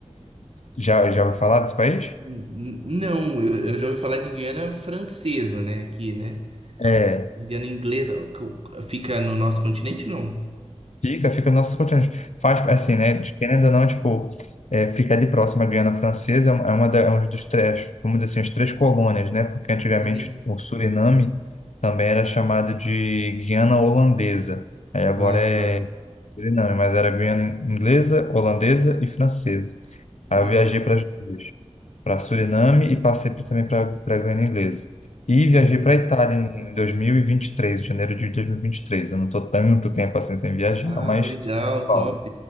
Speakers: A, on the left; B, on the right.
A: Já, já ouviu falar desse país?
B: N- n- Não, eu, eu já ouvi falar de Guiana francesa, né? Aqui, né?
A: É,
B: Mas Guiana inglesa o que- o- fica no nosso continente, não?
A: fica, fica no nosso continente. Faz,
B: Nossa.
A: assim, né? de Querendo ou não, tipo, é, fica ali próximo à Guiana Francesa, é uma é uma da, é um dos três, vamos dizer assim, as três colônias, né? Porque antigamente
B: Uhum.
A: o Suriname também era chamado de Guiana Holandesa. Aí agora
B: Ah,
A: é
B: tá.
A: Suriname, mas era Guiana Inglesa, Holandesa e Francesa.
B: Nossa,
A: Aí eu viajei para as duas. para Suriname e passei por- também para a Guiana Inglesa. E viajei
B: cara.
A: para Itália em 2023, janeiro de 2023. Eu não estou tanto tempo assim sem viajar,
B: Ah,
A: mas
B: legal,
A: Bom.
B: top.